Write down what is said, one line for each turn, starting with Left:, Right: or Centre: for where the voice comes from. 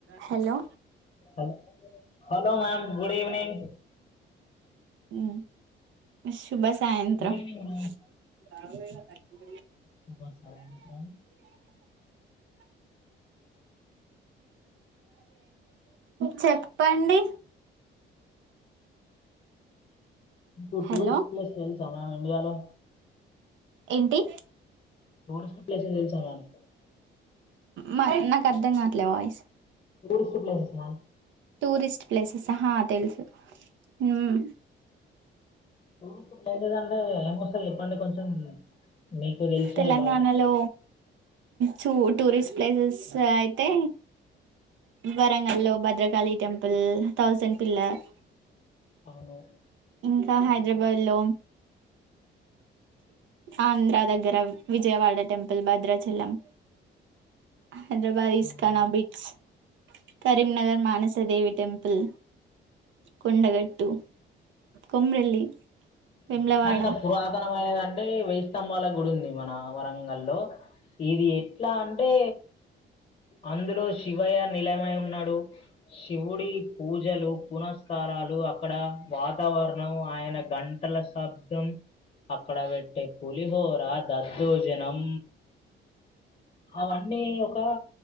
Right: Hello
Left: hello hello ma'am good evening
Right: ఊ శుభ సాయంత్రం
Left: good ఈవినింగ్
Right: <unintelligible>
Left: మ్యామ్ శుభ సాయంత్రం
Right: చెప్పండి
Left: ఇప్పు టూరిస్ట్
Right: హలో
Left: ప్లేస్ ఎంత <unintelligible> ఇండియాలో
Right: ఏంటి
Left: టూరిస్ట్ ప్లేస్ <unintelligible>
Right: మ్ నాకర్థంగాట్లే వాయిస్
Left: టూరిస్ట్ ప్లేసెస్ మా
Right: టూరిస్ట్ ప్లేసెసా? తెలుసు హ్మ్
Left: టూరిస్ట్ ఏం లేదంటే ఏమొస్తది చెప్పండి కొంచెం మీకు తెలిసినవి
Right: తెలంగాణలో
Left: బాగా
Right: చూ టూరిస్ ప్లేసెస్ అయితే వరంగల్లో భద్రకాళి టెంపుల్ థౌజండ్ పిల్లర్
Left: అవును
Right: ఇంకా హైదరాబాద్ లో ఆంధ్ర దగ్గర విజయవాడ టెంపుల్ భద్రాచలం హైదరాబాద్ ఇస్కానా
Left: అవును
Right: బిట్స్ కరీంనగర్ మానసదేవి టెంపుల్ కొండగట్టు కొమ్రెల్లి వేములవాడ
Left: అత్యంత <unintelligible> అంటే వైస్తంభాల గుడి ఉంది మన వరంగల్లో ఇది ఎట్లా అంటే అందులో శివయ్య నిలయమై ఉన్నాడు. శివుడి పూజలు, పునఃస్థలాలు అక్కడ వాతావరణం ఆయన గంటల శబ్దం అక్కడ పెట్టే పులిహోర, దద్దోజనం, అవన్నీ ఒకా